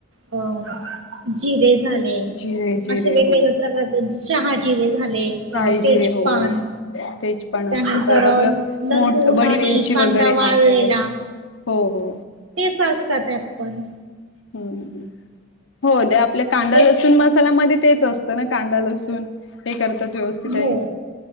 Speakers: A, on the right; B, on the left.
A: अ जिरे झाले
B: जिरे जिरे
A: असे वेगवेगळ्या
B: हो
A: प्रकारच शहाजीरे झाले. अ,
B: शाहीजिरे
A: तेजपान
B: होय, तेज पान
A: त्यानंतर
B: असत परत आपलं
A: लसूण
B: मो बडी
A: आणि
B: वेलची
A: कांदा
B: वगैरे अरे
A: वाळलेला
B: हा सगळं, हो हो.
A: तेच असतात त्यात पण.
B: हम्म हं हं, हो आपल्या कांदा,
A: ते
B: लसूण मसाल्यामध्ये तेच असतं ना कांदा, लसूण. हे करतात व्यवस्थित
A: हो
B: आहे,